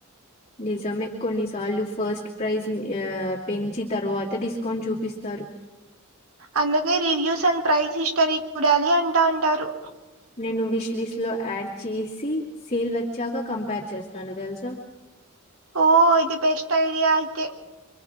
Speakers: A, on the left; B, on the right.
A: నిజమే కొన్నిసార్లు ఫస్ట్ ప్రైజ్ పెంచి తర్వాత డిస్కౌంట్ చూపిస్తారు
B: అందుగే రివ్యూస్ అండ్ ప్రైజ ఇస్రి చూడాలి అంటా అంటారు
A: నేను విష్ లిస్ట్ లో యాడ్ చేసి సేల్ వచ్చాక కంపేర్ చేస్తాను తెలుసా
B: ఓ ఇది బెస్ట్ ఐడియా అయితే